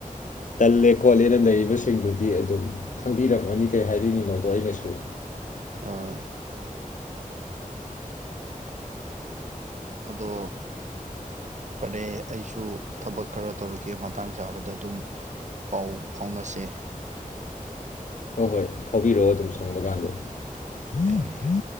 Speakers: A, on the left (about 60°); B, on the right (about 55°).
A: ꯇꯜꯂꯦ ꯈꯣꯠꯂꯦꯅ ꯂꯩꯔꯤꯕꯁꯤꯡꯗꯨꯗꯤ ꯑꯗꯨꯝ ꯈꯪꯕꯤꯔꯝꯃꯅꯤ ꯀꯩ ꯍꯥꯏꯔꯤꯉꯤꯅꯣꯗꯣ ꯑꯩꯅꯁꯨ
B: ꯍꯣꯏ ꯑꯗꯣ ꯐꯔꯦ ꯑꯩꯁꯨ ꯊꯕꯛ ꯈꯔ ꯇꯧꯔꯛꯀꯦ ꯃꯇꯥꯡ ꯆꯥꯕꯗ ꯑꯗꯨꯝ ꯄꯥꯎ ꯐꯥꯎꯅꯁꯦ
A: ꯍꯣꯏ ꯍꯣꯏ ꯐꯥꯎꯕꯤꯔꯛꯑꯣ ꯑꯗꯨꯝ ꯁꯪꯕ ꯀꯥꯟꯗ ꯍ
B: ꯌꯥꯏꯌꯦ
A: ꯍ
B: ꯌꯥꯏ